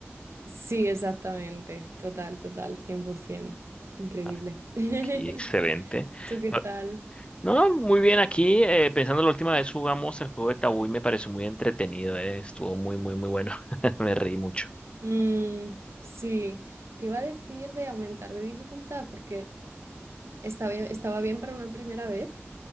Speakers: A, on the right (about 75°); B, on the left (about 25°).
A: Sí, exactamente. Total, total, 100%. Increíble.
B: A ver,
A: <laughs>
B: Aquí, excelente.
A: ¿Tú qué
B: Ah,
A: tal?
B: No, muy bien aquí. eh, pensando la última vez jugamos el juego de Tabú y me pareció muy entretenido. eh, Estuvo muy, muy, muy bueno. <laughs> Me reí mucho.
A: Mm, sí, te iba a decir de aumentar de dificultad porque estaba bien, estaba bien para una primera vez,